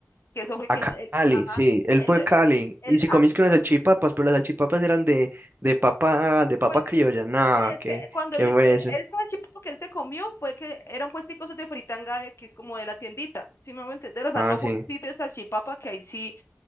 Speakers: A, on the left (about 55°); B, on the right (about 40°).
A: que eso fue que
B: A Cali,
A: el, el- ajá,
B: sí, él
A: el,
B: fue a Cali.
A: el,
B: Y si comiste unas salchipapas, pero las salchipapas eran de, de papa, de papa
A: Pues
B: criolla.
A: eh,
B: No,
A: sí, es
B: ¿qué,
A: que cuando
B: qué
A: él, él,
B: fue eso?
A: él salchipapa que él se comió fue que era un puestico esos de fritanga X como de la tiendita, si me voy a entender, o sea,
B: Ah,
A: no
B: sí.
A: fue un sitio de salchipapa que ahí sí